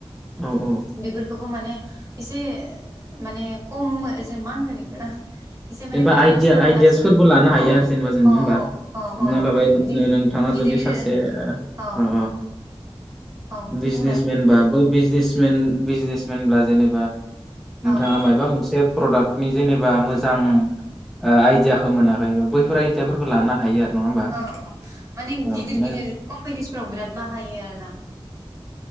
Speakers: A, in the centre; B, on the right.
A: औ औ
B: बिफोरखौबो माने इसे माने कम जे मा होनगोन इखो एसे माने
A: जेनेबा
B: बांद्राय
A: आइदिया
B: सानालासिनो
A: आइदियासफोरबो लानो हायो
B: अ
A: आरो जेनेबा जों नङा
B: अ
A: होमबा
B: अ अ
A: लाबाय
B: बिदि
A: नो-नोंथाङा
B: गिदिर
A: जुदि
B: गिदिर
A: सासे
B: औ
A: अ
B: औ
A: बिजनेसमेन
B: बुंलाय
A: बा बै बिजनेसमेन बिजनेसमेनब्ला जेनेबा नोंथाङा
B: औ
A: मायबा मोनसे प्रडाक्टनि जेनेबा मो जां ओ आइदियाखौ मोनाखैबा बैफोर आइदियाफोरखौ लानो हायो आरो नङा होमबा
B: औ औ माने
A: औ
B: गिदिर
A: माने
B: गिदिर कम्पानिसफोराव बिराद बाहायो आरोना।